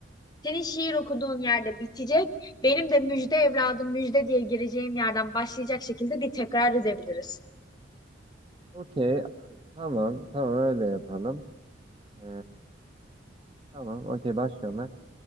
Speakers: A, on the left; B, on the right.
A: Senin şiir okuduğun yerde bitecek. Benim de müjde evladım müjde diye gireceğim yerden başlayacak şekilde bir tekrar edebiliriz.
B: Okey. Tamam. Tamam öyle yapalım. Ee, tamam. Okey başlıyorum ben.